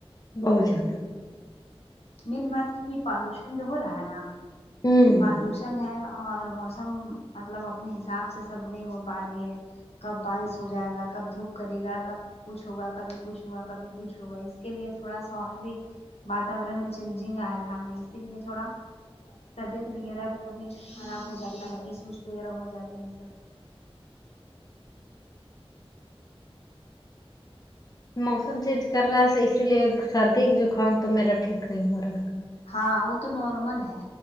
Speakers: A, on the left (about 35°); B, on the left (about 80°).
A: بہت ذیادہ
B: مین بات ہے کہ پالوشن جو ہو رہا نا
A: ہوں
B: پالوشن نہ ہے اور موسم مطلب اپنے حساب سے سب نہیں ہو پا رہی ہے کب بارش ہو جائے گا کب دھوپ کرے گا کب کچھ ہوگا کبھی کچھ ہوگا کبھی کچھ ہوگا اس کے لیے تھوڑا سا اور بھی واتاورن میں چینجنگ آ رہا ہے اسی لیے تھوڑا طبیعت وغیرہ بھی کبھی خراب ہو جاتا ہے اس اوس وغیرہ ہو جاتے ہیں یہ سب
A: موسم چینج کر رہا ہے اسی لیے سردی جکام تو میرا ٹھیک نہیں ہو رہا تھا
B: ہاں وہ تو نارمل ہے